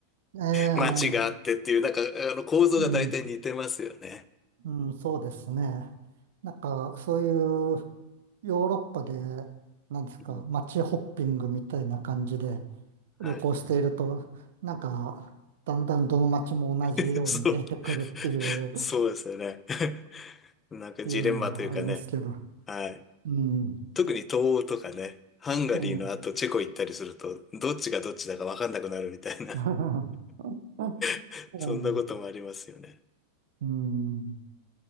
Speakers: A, on the right; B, on the left.
A: ええ、
B: 街があってっていう、なんか、あの、構造が大体似てますよね。
A: うん。うん、そうですね。なんか、そういうヨーロッパで、なんですか、
B: うん、
A: 街ホッピングみたいな感じで
B: はい。
A: 旅行していると、なんか、だんだんどの街も同じように見えてくるっていう、
B: <laughs> そう、そうですよね。<laughs> なんかジレンマというかね。
A: いうのはありますけど。
B: はい。
A: うん。
B: 特に東欧とかね、ハンガリーの後チェコ行ったりすると、
A: ええ
B: どっちがどっちだかわかんなくなるみたいな、
A: <laughs>
B: <laughs>
A: うん
B: そんなこともありますよね。
A: うん。